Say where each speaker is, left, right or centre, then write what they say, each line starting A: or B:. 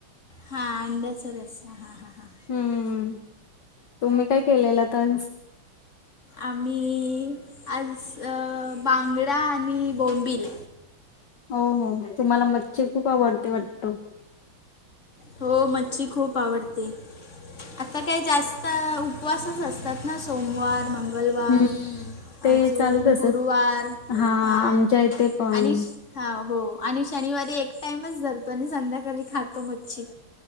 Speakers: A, on the left; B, on the left.
A: हा अंड्याचा रस्सा हा हा हा.
B: हम्म हम्म तुम्ही काय केलेलं तर
A: आम्ही आज अ बांगडा आणि बोंबिल.
B: हो हो तुम्हाला मच्छी खूप आवडते वाटतं.
A: हो मच्छी खूप आवडते. आता काय जास्त उपवासच असतात ना सोमवार मंग मंगलवार
B: हम्म ते
A: अजून
B: चालूच असच
A: गुरुवार
B: हा
A: हां
B: आमच्या इथे पण
A: आणि हा हो आणि शनिवारी एक टाइमच धरतो आणि संध्याकाळी खातो मच्छी.